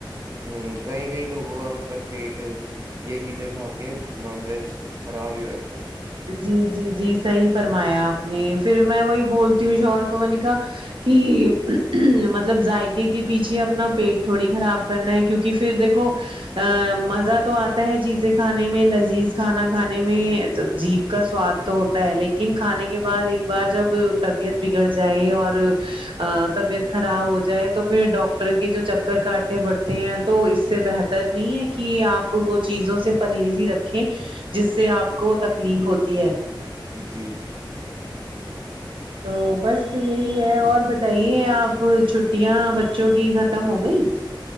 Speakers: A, on the right; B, on the right.
A: ہ کئی کئی لوگوں کا مطلب پیٹ یہ چیزیں کھا کے نان ویج خراب ہی ہو جاتا ہے
B: جی جی جی صحیح فرمایا آپ نے پھر میں وہی بولتی ہوں شہر کو میں نے کہا کہ مطلب ذائقے کے پیچھے اپنا پیٹ تھوڑی خراب کرنا ہے کیونکہ پھر دیکھو ا مزہ تو آتا ہے چیزیں کھانے میں لذیذ کھانا کھانے جیپ کا سواد تو ہوتا ہے لیکن کھانے کے بعد ایک بار جب طبیعت بگڑ جائے اور طبیعت خراب ہو جائے تو پھر ڈاکٹر کے جو چکر کاٹے پڑتے ہیں تو اس سے بہتر بتر نہیں ہے کہ آپ وہ چیزوں سے پرہیز ہی رکھیں جس سے آپ کو تکلیف ہوتی ہے
A: جی جی
B: تو بس یہی ہے اور بتائیے آپ چھٹیاں بچوں کی ختم ہو گئی